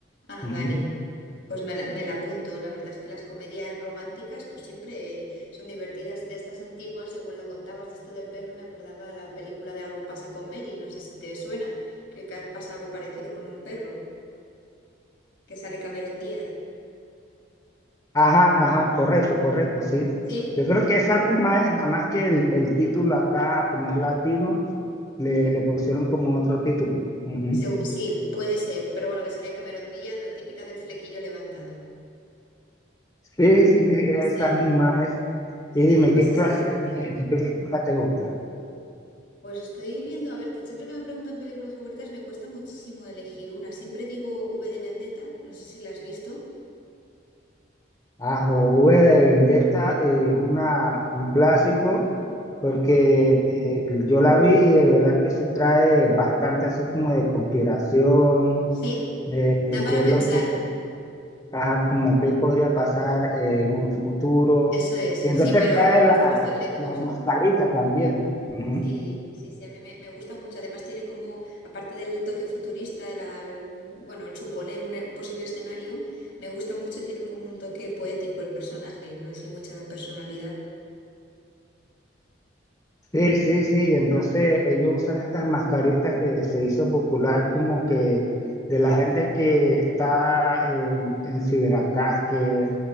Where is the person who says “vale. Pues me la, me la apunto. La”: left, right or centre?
Left